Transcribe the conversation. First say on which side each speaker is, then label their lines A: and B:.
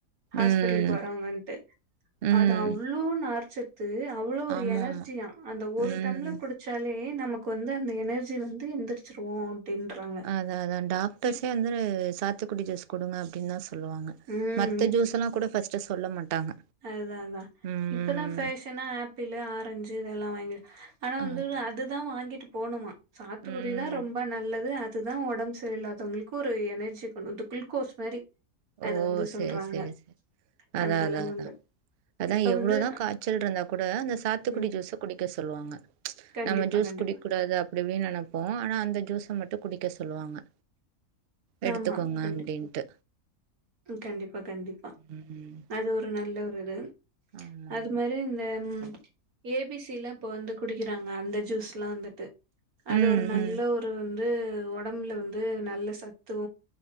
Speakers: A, on the right; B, on the right.
A: ஹாஸ்பிட்டலுக்கு
B: ம்
A: வரவங்கன்ட்டு
B: ம்
A: அது அவ்ளோ நார்ச்சத் து அவ்ளோ ஒரு
B: ஆமா
A: எனர்ஜியா
B: ஆமா
A: அந்த ஒரு
B: ம்
A: டம்லர் குடுச் சொல்லி நமக்கு வந்து அந்த எனர்ஜி வந்து எந்திரிச்சிருவோ அப்டின்றாங்க
B: அதாதா டாக்டர்ஸே
A: இப்
B: வந்து சாத்துக்குடி ஜூஸ் குடுங்க அப்டின்தா சொ ல்லுவாங்க
A: ம்
B: மத்த ஜூஸுல்லா கூட பர்ஸ்ட்டு சொல்ல மாட்டாங்க
A: அதுதா அதா
B: ம்
A: இப்பதா ஃபேஷனு ஆப்பிளு ஆரஞ்சு இதெல்லா வாங்கி ஆனா வந்து
B: ஆமா
A: அதுதா வாங்கிட்டு போணுமா சாத்துக்குடிதா
B: ம்
A: ரொம்ப நல்லது அ துதா ஒடம்பு சரி இல்லாதவங்களுக்கு ஒரு எனர்ஜி கொண் வந்து குள்கோஸ் மேரி
B: ஓ
A: அது வந்து சொல்றாங்க
B: செரி செரி செரி அதா
A: அந்த
B: அதா
A: அளவு வந்து
B: அதா
A: இப்ப
B: எவ்ளோதா
A: வந்து
B: காச்சல் இருந்தா கூட அந்த சாத்துக்குடி
A: ம்.
B: ஜூஸு குடிக்க சொல்லுவாங்க
A: கண்டிப்பா,
B: நம்ம ஜூஸ்
A: கண்டிப்பா.
B: குடிக் கூடாது அப்டி இப்டின்னு நெனப்போ ஆனா அந்த ஜூஸ மட்டு குடிக்க சொல்லுவாங்க எடுத்துக்கோங்க
A: ஆமா. கண்டி
B: அப்டின்ட்டு
A: ம் கண்டிப்பா கண்டிப்பா
B: ம்
A: அது ஒரு நல்ல ஒரு இது
B: ஆமாமா.
A: அது மாரி இந்த ம் ஏபிசிலா இப்ப வந்து குடிக்கிறாங்க அந்த ஜூஸ் லா வந்துட்டு அது
B: ம்
A: ஒரு நல்ல
B: ம்
A: ஒரு வந்து ஒடம்புல வந்து நல்ல சத்தூ